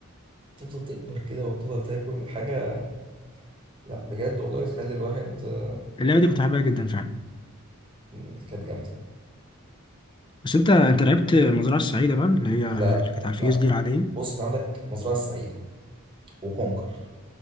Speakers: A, on the right; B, on the left.
A: تفضل تكبر كده وتفضل تاكل حاجة لا بجد والله بتخلي الواحد آه،
B: اللعبة دي كنت حاببها جدا فعلا
A: م، كانت جامدة
B: بس انت انت لعبت مزرعة السعيدة بقى اللي هي
A: لا
B: اللي كانت على الفيس
A: لا
B: دي العادية
A: بص انت عندك مزرعة السعيدة وكونكر